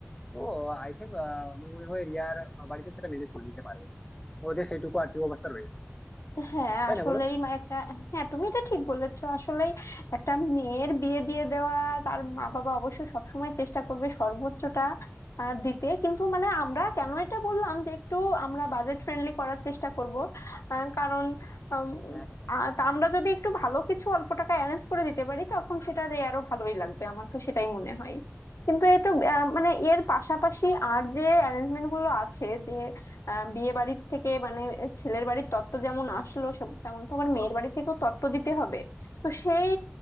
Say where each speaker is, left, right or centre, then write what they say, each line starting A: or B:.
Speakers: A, on the left (about 15°); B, on the left (about 85°).
A: তো আই থিঙ্ক আমার মনে হয় রিয়ার বাড়িতে সেটা ম্যানেজ করে নিতে পারবে ওদের সেইটুকু আর্থিক অবস্থা রয়েছে
B: হ্যাঁ
A: তাই
B: আসলেই
A: না বলো
B: মা- একটা হ্যাঁ তুমি এটা ঠিক বলেছো আসলেই একটা মেয়ের বিয়ে দিয়ে দেওয়া তার মা বাবা অবশ্যই সবসময় চেষ্টা করবে সর্বোচ্চটা আহ, দিতে কিন্তু মানে আমরা কেন এটা বললাম যে একটু আমরা বাজেট ফ্রেন্ডলি করার চেষ্টা করব আহ, কারণ উম,
A: একদম।
B: আ- তা আমরা যদি একটু ভালো কিছু অল্প টাকা অ্যারেঞ্জ করে দিতে পারি তখন সেটা আরো ভালোই লাগবে আমার তো সেটাই মনে হয় কিন্তু এটা আহ, মানে এর পাশাপাশি আর যে অ্যারেঞ্জমেন্ট গুলো আছে যে আহ বিয়ে বাড়ির থেকে মানে ছেলের বাড়ির তত্ত্ব যেমন আসলো সব তেমন তো আবার মেয়ের বাড়ি থেকেও তত্ত্ব দিতে হবে তো সেই